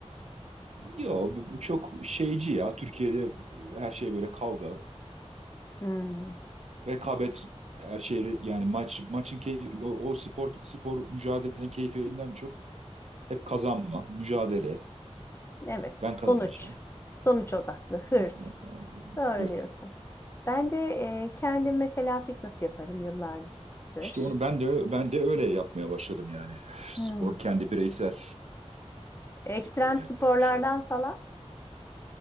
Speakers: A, on the right; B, on the left.
A: Yo bu bu çok şeyci ya. Türkiye'de e, her şey böyle kavga,
B: Hmm,
A: rekabet her şey yani maç maçın keyfi o, o spor spor mücadelenin keyfinden çok hep kazanma, mücadele.
B: evet,
A: Ben
B: sonuç.
A: kazanacağım.
B: Sonuç odaklı, hırs.
A: Yani
B: Doğru
A: Böyle.
B: diyorsun. Ben de e, kendim mesela fitness yaparım yıllardır.
A: İşte onu ben de ben de öyle yapmaya başladım yani.
B: Hmm.
A: Spor kendi bireysel
B: Ekstrem
A: sporumu
B: sporlardan
A: yapmaya başladım.
B: falan